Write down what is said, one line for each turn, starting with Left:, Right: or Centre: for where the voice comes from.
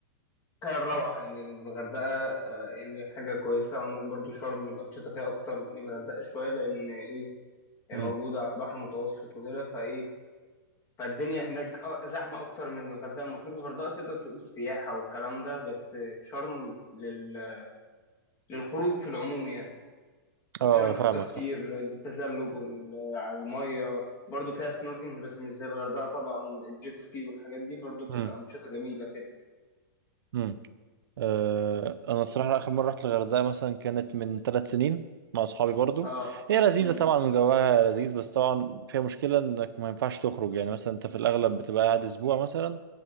Left: كان روعة يعني الغردقة آه، يعني حاجة كويسة عندك برضو شرم الأنشطة فيها أكتر من الغردقة شوية لأن إيه هي
Right: مم.
Left: موجودة على البحر المتوسط وكده فإيه فالدنيا هناك آه، زحمة أكتر من الغردقة المفروض الغردقة تقدر تقول سياحة والكلام ده بس شرم لل... للخروج في العموم يعني
Right: اه
Left: فيها أنشطة
Right: آه، فاهمك
Left: كتير
Right: طبعا
Left: التزلج وال- على المية برضه فيها سنوركينج بس مش زي الغردقة طبعا الجيت سكي والحاجات دي برضه بتبقى
Right: مم.
Left: أنشطة جميلة كده
Right: مم. آه، انا الصراحه اخر مره رحت الغردقه مثلا كانت من ثلاث سنين مع اصحابي برضو
Left: اه
Right: هي لذيذه
Left: امم
Right: طبعا وجواها لذيذ بس طبعا فيها مشكله انك ما ينفعش تخرج يعني مثلا انت في الاغلب بتبقى قاعد اسبوع مثلا